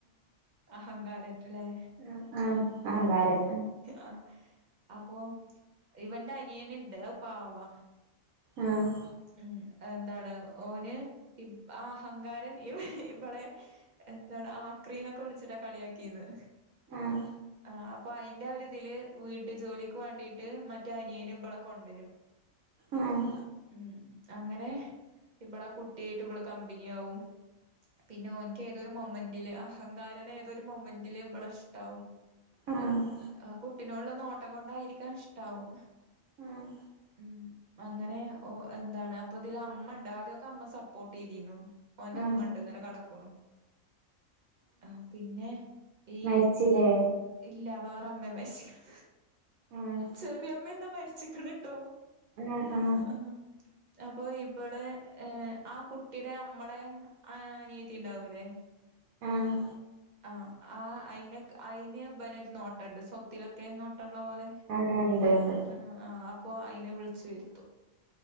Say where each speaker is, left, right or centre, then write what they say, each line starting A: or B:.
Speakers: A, on the right; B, on the right.
A: അഹങ്കാരൻല്ലെ.
B: അഹ് അഹ് അഹങ്കാരൻ.
A: ആഹ് അപ്പൊ ഇവന്റെ അനിയന് ഇണ്ട് അത് പാവാ
B: ആഹ്.
A: ഉം എന്താണ് ഓന് ഈ ആ അഹങ്കാരൻ ഇബളെ എന്താണ് ആക്രീന്നൊക്കെ വിളിച്ചിട്ടാ കളിയാക്കിന്ന്
B: ആഹ്
A: ആ അപ്പൊ അതിന്റെ ഒരുരിതില് വീട്ട് ജോലിക്ക് വേണ്ടിയിട്ട് മറ്റേ അനിയേന് ഇവളെ കൊണ്ടരും.
B: ആഹ്
A: ഉം അങ്ങനെ ഇബളെ കുട്ടിയായിട്ട് ഇബള് കമ്പനി ആവും പിന്നെ ഓൻക്ക് ഏതൊരു മോമ്മന്റല് അഹങ്കാരന് ഏതൊരു മോമ്മന്റില് ഇവളെ ഇഷ്ടാവും
B: ആഹ്
A: ആ കുട്ടിനോടുള്ള നോട്ടം കൊണ്ടായിരിക്ക ഇഷ്ടാവും
B: ആഹ്
A: ഉം അങ്ങനെ ഓ എന്താണ് അപ്പൊ ഇതില് അമ്മ ഇണ്ട് ആദ്യഒക്കെ അമ്മ സപ്പോർട്ട് ചെയ്തിരുന്നു ഓന്റെ
B: ആഹ്
A: അമ്മ ഇണ്ട് ഇങ്ങനെ കെടക്ക്ണു ആഹ് പിന്നെ ഈ
B: മരിച്ചില്ലേ
A: ഈ ഇല്ല വേറെമ്മെ മരിച്ച്ക്ക്ണ്
B: ആഹ്
A: ചെറിയമ്മന്ന് മരിച്ചിക്ക്ണ് ട്ടോ
B: ആഹ് ആഹ്
A: ആഹ് ഹാ അപ്പൊ ഇപടെ ആ കുട്ടിയുടെ അമ്മടെ അനിയത്തി ഉണ്ടാവൂല്ലേ
B: ആഹ്
A: ആഹ് ആഹ് അയിന അയിന് പിനെ ഒരു നോട്ടണ്ട് സ്വത്തിലൊക്കെ നോട്ടള്ള പോലെ.
B: ആഹ് ഇണ്ട് ഇണ്ട്
A: ആഹ് ആഹ് അപ്പൊ അയിനെ വിളിച്ചു വരുത്തും